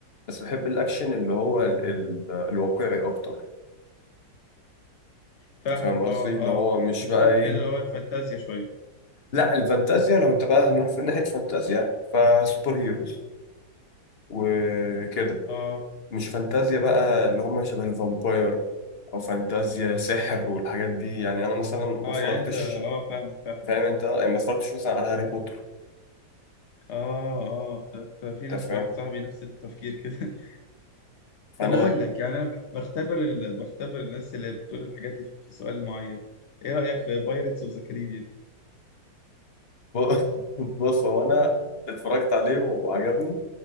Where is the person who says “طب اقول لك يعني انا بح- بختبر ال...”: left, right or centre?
Left